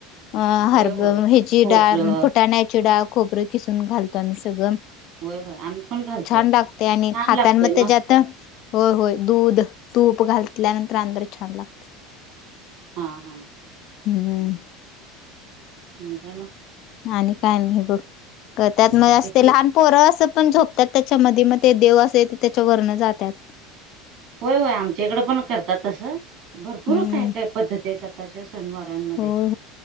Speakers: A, on the left (about 55°); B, on the right (about 60°).
A: अ
B: होय
A: हरब
B: होय
A: ह्याची
B: खोबरं
A: डाळ फुटाण्याची डाळ खोबरं किसून घालतो आम्ही सगळं
B: होय होय आम्ही पण घालतोय
A: छान लागते आणि
B: छान
A: खाताना
B: लागतय
A: मग त्याचात
B: मस्त लागत
A: होय होय दूध तूप घातल्यानंतर आणि जरा छान लागत
B: हा हा
A: हम्म
B: आणि काय मग
A: आणि काय नाही बघ त्यात मग
B: तब्येत
A: अस ते
B: ठीक
A: लहान पोरं असं पण झोपतात त्याच्यामध्ये मग ते देव असे ते त्याच्या वरन जातात
B: होय होय आमच्याकडं पण करतात तसं भरपूर
A: हम्म.
B: काय काय पद्धती आहेत आताच्या सनवारांमध्ये
A: होय